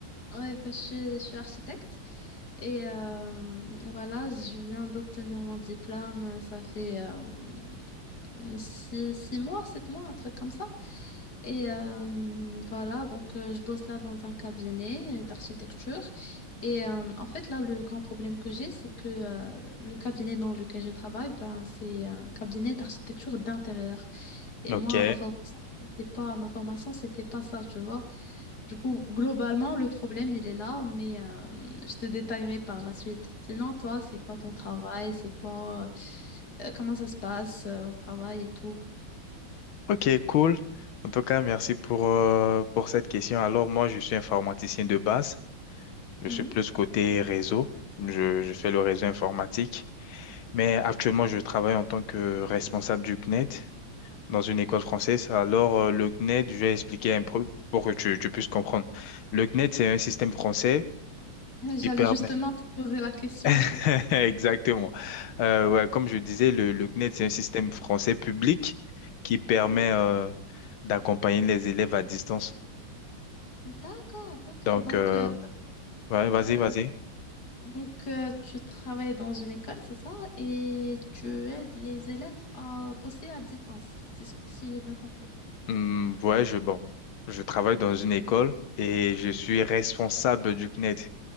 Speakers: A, on the left; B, on the left.
A: ouais, bah, je suis, je suis architecte et euh, voilà, je viens d'obtenir mon diplôme. Ça fait euh, six, six mois, sept mois, un truc comme ça. Et euh, voilà, donc euh, je bosse là dans un cabinet d'architecture. Et euh, en fait, là, le grand problème que j'ai, c'est que euh, le cabinet dans lequel je travaille, ben, c'est un cabinet d'architecture d'intérieur. Et
B: Ok.
A: moi, ma formation, c'était pas, ma formation, c'était pas ça, tu vois. Du coup, globalement, le problème, il est là, mais euh, je te détaillerai par la suite. Sinon, toi, c'est quoi ton travail? C'est quoi, euh, euh, comment ça se passe euh, au travail et tout?
B: Ok, cool. En tout cas, merci pour, euh, pour cette question. Alors, moi, je suis informaticien de base. Je
A: Mhm.
B: suis plus côté réseau. Je, je fais le réseau informatique. Mais actuellement, je travaille en tant que responsable du CNET. dans une école française. Alors, euh, le CNED, je vais expliquer un peu pour que tu, tu puisses comprendre. Le CNED, c'est un système français
A: J'allais
B: qui permet...
A: justement te poser la question.
B: <laughs> Exactement. Euh, ouais, comme je disais, le, le CNED, c'est un système français public qui permet
A: Mhm.
B: euh, d'accompagner les élèves à distance.
A: D'accord, ok.
B: Donc,
A: Donc,
B: euh,
A: euh,
B: ouais, vas-y,
A: euh,
B: vas-y.
A: donc euh, tu travailles dans une école, c'est ça? Et tu aides les élèves à bosser à distance, c'est ce que- si j'ai bien compris.
B: Hum, ouais, je, bon, je travaille dans une école et je suis
A: Mhm.
B: responsable du CNED.